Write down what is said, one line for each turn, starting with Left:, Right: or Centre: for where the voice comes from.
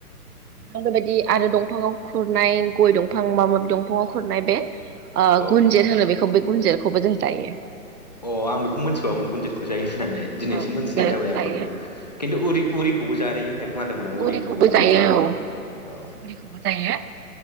Right: बेबायदि आरो दंफाङाव खुरनाय गय दंफां माबा माबि दंफाङाव खुरनाय बे ओ
Left: औ
Right: गुनजेर
Left: अ
Right: होनो बेखौ बे गुनजेरखौबो जों जायो।
Left: अ आं बेखौ मोनथिफेरामोन गुनजेदखौ जायो होननानै दिनैसो
Right: औ
Left: मिथिनाय
Right: गुनजेतखौ
Left: जाबाय आं
Right: जायो
Left: गु‌नजेद खिन्थुर उरि उरिखौबो जायो होननाय खोनादोंमोन आं
Right: उरिखौबो
Left: नंगौना
Right: जायो
Left: नङा
Right: औ उरिखौबो
Left: औ
Right: जायो